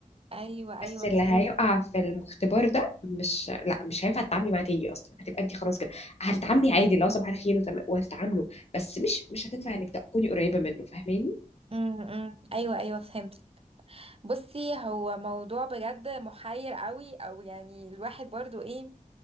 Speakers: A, on the right (about 45°); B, on the left (about 50°).
A: ايوه ايوه
B: بس اللي
A: فهمت
B: هيقع في المختبر ده مش لا مش هينفع تتعاملي معاه تاني اصلا هتبقى انت خلاص كده هتتعاملي عادي لو صباح الخير وتم... وهتتعاملوا بس مش مش هتنفع انك تكوني قريبه منه فاهماني
A: امم ايوه ايوه فهمت بصي هو موضوع بجد محير قوي او يعني الواحد برضو ايه